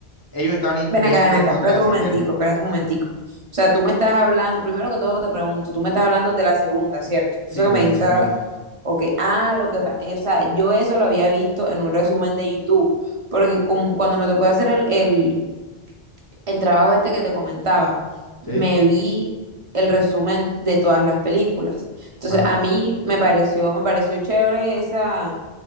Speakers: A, on the left (about 25°); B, on the right (about 35°).
A: ellos estaban i-
B: Ven
A: yendo
B: acá, ven acá,
A: en contra
B: espérate
A: del sistema,
B: un momentico, espérate un momentico. O sea, tú me estás hablando, primero que todo te pregunto, tú me estás hablando de la segunda, ¿cierto?
A: sí,
B: Eso que
A: de
B: me dijiste
A: la segunda.
B: ahora, ok, ah, lo que pasa, o sea, yo eso lo había visto en un resumen de YouTube, porque como- cuando me tocó hacer el, el- el trabajo este que te comentaba, me
A: ¿sí?
B: vi el resumen de todas las películas. Entonces,
A: Ajá.
B: a mí me pareció, me pareció chévere esa,